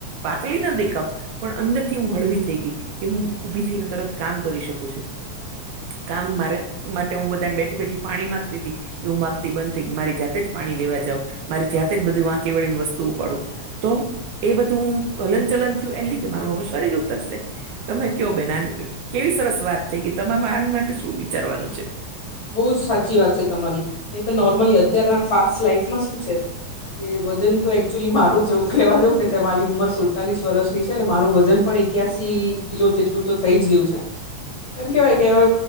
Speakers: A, on the right; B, on the left.
A: પાતલી ના દેખાવ પણ અંદર થી હું હળવી થઈ ગઈ. ઉભી થઈને તરત કામ કરી શકું છું. કામ મારે માટે હું બધાને બેઠી બેઠી પાણી માંગતી તી એવું માગતી બંધ થઈ મારી જાતે જ પાણી લેવા જાવ મારી જાતે જ બધું વાંકી વળીને વસ્તુ ઉપાડું. તો એ બધું હું હલન ચલન થયું એને લીધે મારું શરીર ઉતરશે. તમે કયો બેન આ કેવી સરસ વાત થઈ ગઈ તમારે આન માટે શું વિચારવાનું છે?
B: બો જ સાચી વાત છે તમારી નય તો નોર્મલી અત્યારના ફાસ્ટ લાઈફમાં શું છે? કે વજન તો એકચુઅલી મારું જેવું કેવા જાવ ને ત મારી ઉંમર સુડતાલીસ વર્ષની છે ને મારું વજન પણ એક્યાસી કિલો જેટલું તો થઈ જ ગયું છે. એમ કેવાય કે હવે